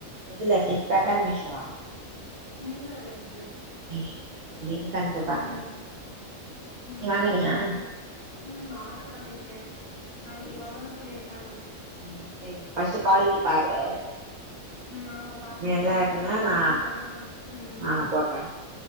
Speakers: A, on the right (about 75°); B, on the left (about 35°).
A: இதுல பிளிப்கார்ட் அ மீஷோவா
B: மீஷோல இருக்கு
A: செரி லிங்க் அனுப்பு பாக்குற
B: ம் ம்
A: நீ வாங்கனியா
B: ஆமா பாரு ம் ஆர்டர் பண்ணிருக்கே நாளைக்கு
A: சரி
B: வருன்னு
A: சரி
B: சொல்லிருக்காங்க
A: ம் செரி ஃபஸ்ட் காலிட்டி பாரு
B: ம் ஆமா பாக்குறே
A: நல்லா
B: வந்துட்ட
A: இருக்குன்னா
B: பிறகு
A: நா
B: நீ வேணா ம்
A: நானு போட்றே